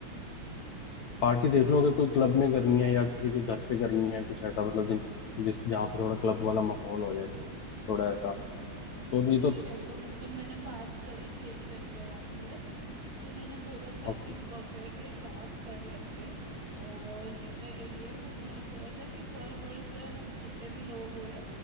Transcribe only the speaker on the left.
पार्टी देख लो अगर कोई क्लब में करनी है या किसी के घर पे करनी है कुछ ऐसा मतलब जिन जिस जहाँ पे थोड़ा क्लब वाला माहौल हो जाए थोड़ा ऐसा तो
ये तो
ओके